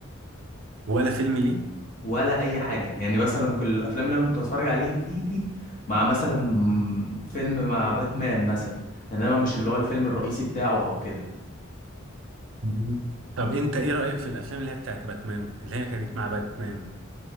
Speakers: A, on the right; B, on the left.
A: ولا فيلم ليه
B: ولا اي حاجه يعني مثلا كل الافلام اللي انا كنت بتفرج عليها فيه دي مع مثلا فيلم مع باتمان مثلا انما مش اللي هو الفيلم الرئيسي بتاعه او كده
A: مم. طب انت ايه رأيك في الافلام اللي هي بتاعت باتمان اللي هي كانت مع باتمان